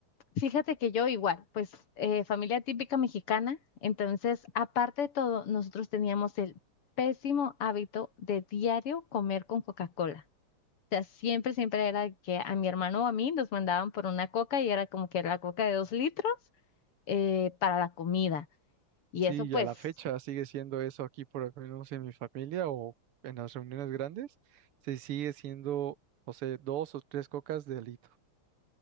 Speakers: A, on the left; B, on the right.
A: Fíjate que yo igual, pues eh, familia típica mexicana, entonces, aparte de todo, nosotros teníamos el pésimo hábito de diario comer con Coca-Cola. O sea, siempre, siempre era que a mi hermano o a mí nos mandaban por una coca y era como que la coca de dos litros eh, para la comida. Y
B: Sí,
A: eso pues,
B: y a la fecha sigue siendo eso aquí, por lo menos en mi familia o en las reuniones grandes, se sigue siendo, no sé, dos o tres cocas de alito.